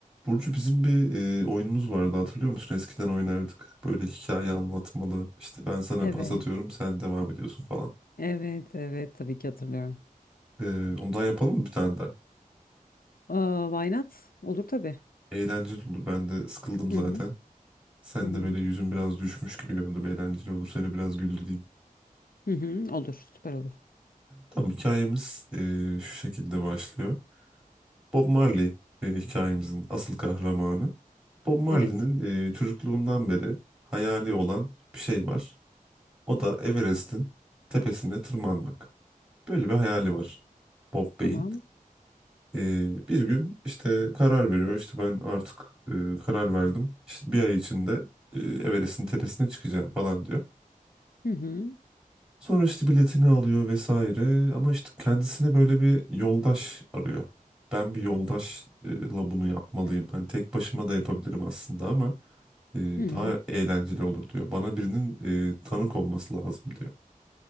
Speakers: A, in the centre; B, on the left (about 90°).
A: Burcu bizim bir e, oyunumuz vardı hatırlıyor musun? Eskiden oynardık. Böyle hikaye anlatmalı. İşte ben sana
B: Evet,
A: pas atıyorum sen devam ediyorsun falan.
B: evet, evet tabii ki hatırlıyorum.
A: E, ondan yapalım mı bir tane daha?
B: Aa, why not? Olur tabii.
A: Eğlenceli olur. Ben de sıkıldım zaten.
B: Hı hı,
A: Sen
B: hı hı,
A: de böyle yüzün biraz düşmüş gibi gördüm. Eğlenceli olur. Seni biraz güldüreyim.
B: hı hı, olur, süper olur.
A: Tamam hikayemiz e, şu şekilde başlıyor. Bob Marley e, hikayemizin asıl kahramanı. Bob Marley'nin
B: Evet,
A: e, çocukluğundan beri hayali olan bir şey var. O da Everest'in tepesine tırmanmak. Böyle bir hayali var Bob Bey'in.
B: tamam.
A: Ee, bir gün işte karar veriyor. İşte ben artık e, karar verdim. İşte bir ay içinde e, Everest'in tepesine çıkacağım falan diyor.
B: Hı hı,
A: Sonra işte biletini alıyor vesaire. Ama işte kendisine böyle bir yoldaş arıyor. Ben bir yoldaşla bunu yapmalıyım. Hani tek başıma da yapabilirim aslında ama e,
B: hı hı.
A: daha eğlenceli olur diyor. Bana birinin e, tanık olması lazım diyor.